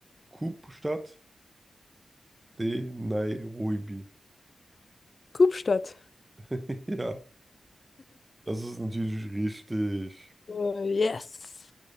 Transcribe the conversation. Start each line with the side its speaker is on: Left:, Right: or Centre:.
Right: Kapstadt. D. Nairobi.
Left: Kupstadt.
Right: <laughs> Ja, das ist natürlich richtig.
Left: Äh, yes.